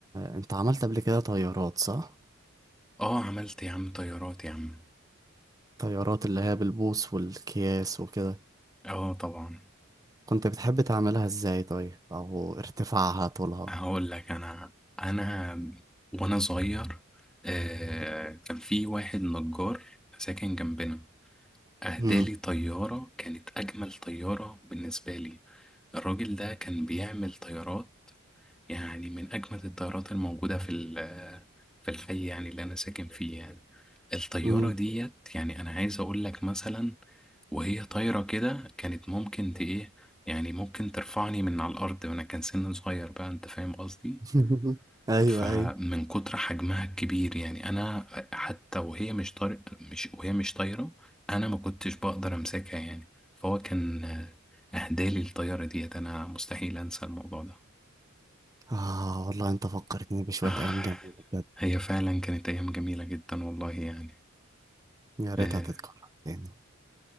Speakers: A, on the right; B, in the centre.
A: انت عملت قبل كده طيارات صح؟
B: اه عملت يا عم طيارات يا عم
A: طيارات اللي هي بالبوص والكياس وكده
B: اه طبعا
A: كنت بتحب تعملها ازاي طيب؟ او ارتفاعها طولها
B: هقول لك انا انا وانا صغير آه كان في واحد نجار ساكن جنبنا اهدالي
A: امم
B: طيارة كانت اجمل طيارة بالنسبة لي الراجل ده كان بيعمل طيارات يعني من أجمد الطيارات الموجودة في ال- في الحي يعني اللي أنا ساكن فيه يعني الطيارة
A: امم
B: ديت يعني أنا عايز أقول لك مثلا وهي طايرة كده كانت ممكن ت إيه يعني ممكن ترفعني من على الأرض وأنا كان سن صغير بقى أنت فاهم قصدي
A: <laughs> ايوه
B: فمن
A: ايوه
B: كتر حجمها الكبير يعني أنا حتى وهي مش طار مش وهي مش طايرة أنا ما كنتش بقدر أمسكها يعني فهو كان أهدالي الطيارة ديت أنا مستحيل أنسى الموضوع ده
A: اه والله انت فكرتني بشوية
B: آه،
A: ايام جميلة بجد
B: هي فعلا كانت أيام جميلة جدا والله يعني
A: يا ريتها
B: آه،
A: تتكرر تاني